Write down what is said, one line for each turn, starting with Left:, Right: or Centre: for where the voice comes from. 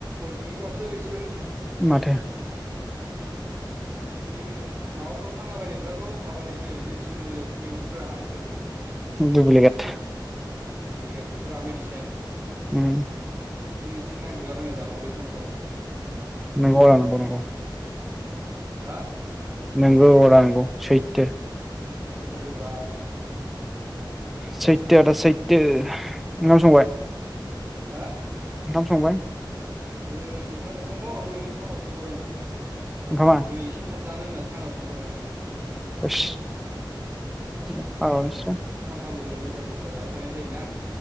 Right: अर्गेनिकबावसो बेसो।
Centre: माथो।
Right: बेे माबाफोराव फानलाबायनायफ्राथ' माबानायसो मेडिसिन होनाय जावसो मैगंफोरा आजिखालि।
Centre: डुब्लिगेट
Right: डुब्लिगेट फुरा मेडिसेन।
Centre: उम
Right: ओंखायनो एसे नांगिरलाबायना जानांगौलै सम सम।
Centre: नंगौ रा नंगौ नंगौ।
Right: हा
Centre: नोंगौ आदा नंगौ सैथो।
Right: सैथो ब्रा।
Centre: सैतो आदा सैतो ओंखाम संबाय?
Right: हा
Centre: ओंखाम संबाय?
Right: ओ संखानानै दङ दहैनो सानाव संखादों। दोनै
Centre: ओंखामा
Right: एसे थाब जानो होनना सानाव संखादों माने।
Centre: <unintelligible> <unintelligible>
Right: फ्रामबो नयथा दसथा जाबाय थानाय जायोना।